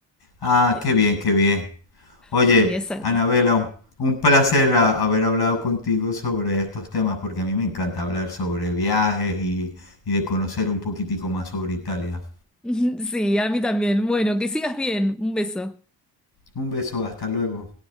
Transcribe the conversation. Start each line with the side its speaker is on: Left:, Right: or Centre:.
Left: Ah,
Centre: Sí,
Left: qué bien, qué bien. Oye,
Centre: sí, exacto.
Left: Anabela, un un placer ah, haber hablado contigo sobre estos temas porque a mí me encanta hablar sobre viajes y, y de conocer un poquitico más sobre Italia.
Centre: <laughs> Sí, a mí también. Bueno, que sigas bien. Un beso.
Left: Un beso, hasta luego.